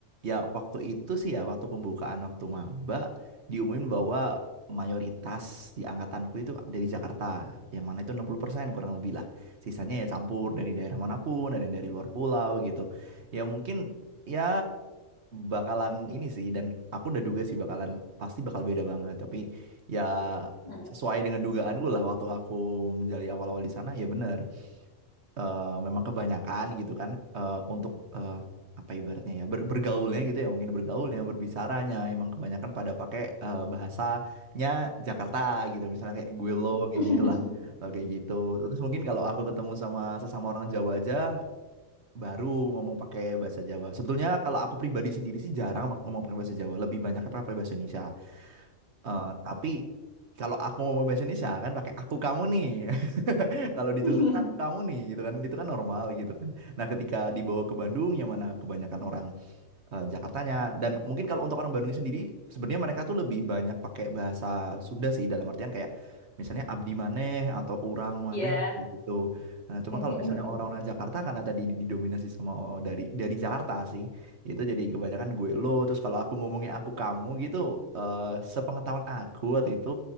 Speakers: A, on the right; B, on the left.
A: ya waktu itu sih ya waktu pembukaan waktu maba diumumin bahwa mayoritas di angkatanku itu dari Jakarta yang mana itu 60% kurang lebih lah sisanya ya campur dari daerah manapun ada yang dari luar pulau gitu ya mungkin ya bakalan ini sih dan aku udah duga sih bakalan pasti bakal beda banget tapi ya
B: Heeh.
A: sesuai dengan dugaanku lah waktu aku menjadi awal-awal di sana ya bener eh, memang kebanyakan gitu kan eh, untuk eh, apa ibaratnya ya ber- bergaulnya gitu ya mungkin bergaulnya berbicaranya emang kebanyakan pada pakai eh, bahasanya Jakarta gitu misalnya kayak gue lo kayak
B: Mhm.
A: gitulah
B: <laughs>
A: Eh, kayak gitu terus mungkin kalau aku ketemu sama sesama orang Jawa aja baru ngomong pakai bahasa Jawa sebetulnya kalau aku pribadi sendiri sih jarang ngomong pakai bahasa Jawa lebih banyak pakai bahasa Indonesia Eh, tapi kalau aku mau bahasa Indonesia kan pakai aku kamu nih. <laughs> Kalau di
B: <laughs>
A: Jogja kan aku kamu nih gitu kan. Itu kan normal gitu kan. Nah, ketika dibawa ke Bandung yang mana kebanyakan orang eh, Jakartanya dan mungkin kalau untuk orang Bandung sendiri sebenarnya mereka tuh lebih banyak pakai bahasa Sunda sih dalam artian kayak misalnya abdi maneh atau urang maneh
B: Iya.
A: gitu. Nah, cuma
B: <laughs>
A: kalau misalnya orang-orang Jakarta karena tadi didominasi sama oh, dari dari Jakarta sih itu jadi kebanyakan gue lo terus kalau aku ngomongnya aku kamu gitu eh, sepengetahuan aku waktu itu